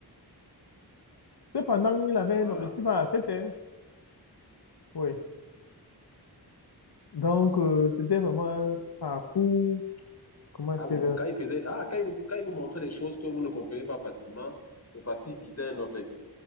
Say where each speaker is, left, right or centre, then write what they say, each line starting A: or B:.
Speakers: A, on the left (about 75°); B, on the left (about 40°).
A: Cependant, il avait
B: Voilà.
A: un objectif à la tête, hein. Oui. Donc, euh, c'était vraiment un parcours, comment
B: Ah
A: c'est
B: bon, quand il faisait, ah, quand il vous, quand il vous montrait des choses que vous ne comprenez pas facilement, c'est parce qu'il visait un objectif